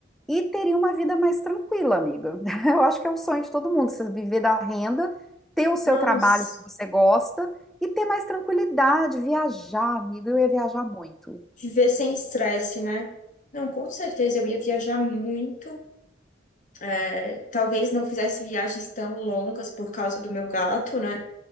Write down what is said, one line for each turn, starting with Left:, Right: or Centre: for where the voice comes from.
Centre: e teria uma vida mais tranquila, amiga. <laughs> Eu acho que é o sonho de todo mundo, você viver da renda, ter o seu
Left: Nossa,
Centre: trabalho que você gosta e ter mais tranquilidade, viajar, amiga. Eu ia viajar muito.
Left: viver sem estresse, né? Não, com certeza eu ia viajar muito É, talvez não fizesse viagens tão longas por causa do meu gato, né?